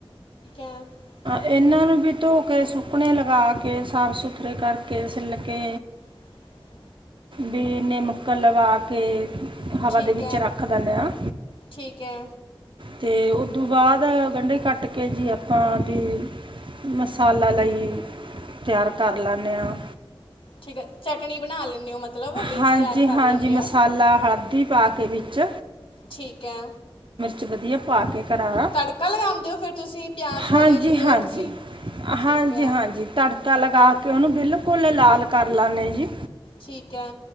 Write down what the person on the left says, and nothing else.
<unintelligible>
ਹ
ਠੀਕ
ਹੈ
ਠੀਕ ਹੈ
ਠੀਕ ਹੈ ਚਟਣੀ ਬਣਾ ਲੈਂਦੇ ਹੋ ਮਤਲਬ ਬੇਸ
ਤਿਆਰ ਕਰ
ਲੈਂਦੇ
ਹੋ
ਠੀਕ ਐ।
ਤੜਕਾ ਲਗਾਦੇ ਹੋ ਫਿਰ ਤੁਸੀਂ ਪਿਆਸ ਵਾਲੇ
ਜੋ
ਤੁਸੀਂ, ਠੀਕ
ਐ।
ਠੀਕ ਐ।